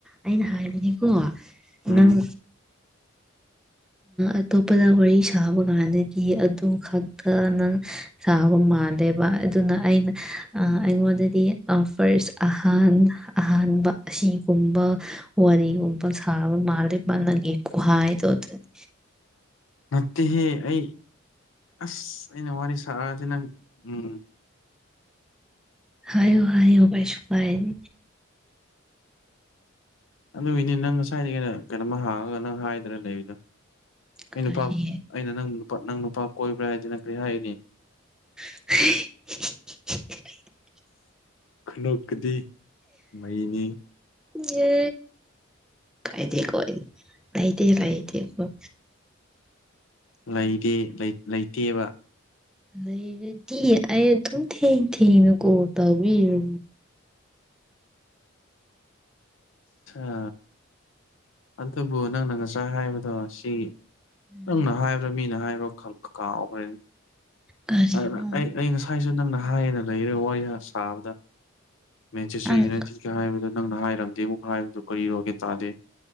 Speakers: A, in the centre; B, on the left.
A: ꯑꯩꯅ ꯍꯥꯏꯕꯅꯦꯀꯣ
B: ꯎꯝ
A: ꯅꯪ ꯑꯇꯣꯞꯄꯗ ꯋꯥꯔꯤ ꯁꯥꯕ ꯒꯥꯟꯗꯗꯤ ꯑꯗꯨ ꯈꯛꯇ ꯅꯪ ꯁꯥꯕ ꯃꯥꯜꯂꯦꯕ ꯑꯗꯨꯅ ꯑꯩꯅ ꯑ ꯑꯩꯉꯣꯟꯗꯗꯤ ꯄꯥꯎꯁ ꯐꯥꯔꯁ ꯑꯍꯥꯟ ꯑꯍꯥꯟꯕ ꯑꯁꯤꯒꯨꯝꯕ ꯋꯥꯔꯤꯒꯨꯝꯕ ꯁꯥꯕ ꯃꯥꯜꯂꯤꯕꯅꯪꯒꯤ ꯀꯨꯍꯥꯏꯗꯣ ꯑꯗꯨꯅꯤ
B: ꯅꯠꯇꯦꯍꯦ ꯑꯩ ꯑꯁ ꯑꯩꯅ ꯋꯥꯔꯤ ꯁꯥꯔꯑꯗꯤ ꯅꯪ ꯎꯝ
A: ꯍꯥꯏꯌꯣ ꯍꯥꯏꯌꯣ ꯀꯩꯁꯨꯨ ꯄꯥꯏꯔꯤ
B: ꯑꯗꯨꯒꯤꯅꯤ ꯅꯪ ꯉꯁꯥꯏꯗꯒꯤ ꯑꯩꯅ ꯀꯩꯅꯣꯝꯃ ꯍꯥꯡꯉꯒ ꯅꯪ ꯍꯥꯏꯗꯔ ꯂꯩꯔꯤꯗꯣ ꯑꯩ
A: ꯀꯔꯤ
B: ꯅꯨꯄꯥ ꯑꯩꯅ ꯅꯪ ꯅꯨꯄꯥ ꯅꯪ ꯅꯨꯄꯥ ꯀꯣꯏꯕ꯭ꯔꯥ ꯍꯥꯏꯗꯤ ꯅꯪ ꯀꯔꯤ ꯍꯥꯏꯒꯅꯤ
A: <unintelligible>
B: ꯈꯨꯅꯧꯀꯤꯗꯤ ꯃꯩꯅꯤ
A: ꯌꯦ ꯀꯥꯏꯗꯤ ꯀꯣꯏ ꯉꯗꯤ ꯉꯥꯏꯗꯤ ꯀꯣꯏ
B: ꯂꯩꯇꯦ ꯂꯩꯇꯦꯕ
A: ꯂꯩꯔꯗꯤ ꯑꯩ ꯑꯗꯨꯝ ꯊꯦꯡ ꯊꯦꯡꯅꯀꯣ ꯇꯥꯕꯤꯔ
B: ꯑ ꯑꯗꯨꯕꯨ ꯅꯪꯅ ꯉꯁꯥꯏ ꯍꯥꯏꯕꯗꯣ ꯁꯤ
A: ꯎꯝ
B: ꯅꯪꯅ ꯍꯥꯏꯕ꯭ꯔꯥ ꯃꯤꯅ ꯍꯥꯏꯕ꯭ꯔꯥ ꯀ ꯀꯥꯥꯎꯈ꯭ꯔꯦꯅꯤ
A: ꯀꯔꯤꯅꯣ
B: ꯑꯗꯨ ꯑꯩ ꯑꯩ ꯉꯁꯥꯏꯁꯨ ꯅꯪꯅ ꯍꯥꯏꯌꯦꯅ ꯂꯩꯔꯦ ꯋꯥꯔꯤ ꯁꯥꯕꯗ ꯃꯦꯟꯆꯦꯁꯇꯔ
A: ꯅꯪ
B: ꯌꯨꯅꯥꯏꯇꯤꯒ ꯍꯥꯏꯕꯗꯣ ꯅꯪꯅ ꯍꯥꯏꯔꯝꯗꯦ ꯑꯃꯨꯛ ꯍꯥꯏꯕꯗꯨꯣ ꯀꯔꯤꯔꯣꯒꯦ ꯇꯥꯗꯦ